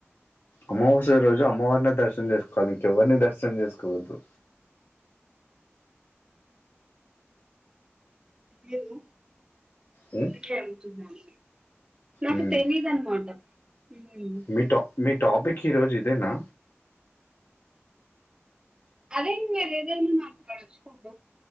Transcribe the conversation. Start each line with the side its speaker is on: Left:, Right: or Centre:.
Left: అమావాస్య రోజు అమ్మవారినె దర్శనం జేసుకోవాలి ఇంకెవ్వరిని దర్శనం జేసుకోవద్దు
Right: లేదు
Left: మ్మ్
Right: అందుకే యెల్తున్నాను నాకు
Left: మ్మ్
Right: తెలీదన్మాట మ్మ్
Left: మీ టా మీ టాపిక్ ఈరోజు ఇదేనా
Right: అదేంది మీరేదైనా మాట్లాడచ్చు కద